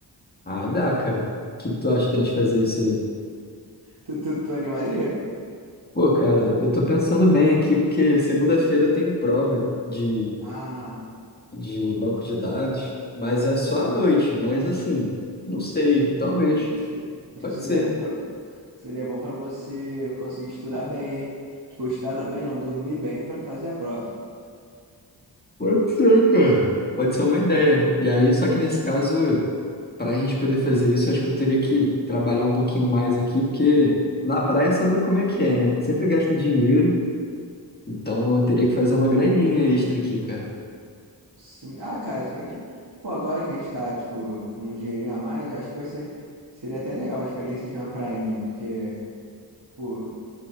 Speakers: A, on the left (about 20°); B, on the right (about 60°).
A: Ah, dá, cara. O que que tu acha da gente fazer isso aí?
B: Tu, tu, tu animaria?
A: Pô, cara, eu tô pensando bem aqui, porque segunda-feira eu tenho prova de,
B: Ah,
A: de banco de dados, mas é só à noite, mas assim, não sei, talvez,
B: acho que acho
A: pode
B: que seria
A: ser.
B: bom pra, seria bom pra você conseguir estudar bem, hein? Tipo, estudar bem não, dormir bem pra fazer a prova.
A: Pode ser, cara. Pode ser uma ideia. E aí, só que nesse caso, para a gente poder fazer isso, acho que eu teria que trabalhar um pouquinho mais aqui, porque na praia sabe como é que é, né? A gente sempre gasta dinheiro, então eu teria que fazer uma graninha extra aqui, cara.
B: Sim. Ah, cara, se bem que. Pô, agora que a gente tá, tipo, com um dinheirinho a mais, eu acho que vai ser. Seria até legal uma experiência de uma prainha, porque, pô,